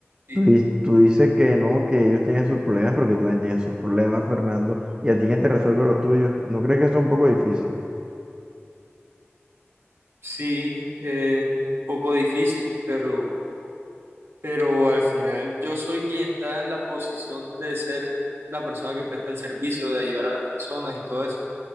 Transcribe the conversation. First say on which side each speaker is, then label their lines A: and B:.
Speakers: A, on the right (about 60°); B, on the right (about 20°).
A: así.
B: Tú, di- tú dices que no, que ellos tienen sus problemas, pero que tú también tienes sus problemas, Fernando, y a ti quién te resuelve los tuyos. ¿No crees que eso es un poco difícil?
A: Sí, eh, un poco difícil, pero, pero al final yo soy quien está en la posición de ser la persona que presta el servicio, de ayudar a las personas y todo eso.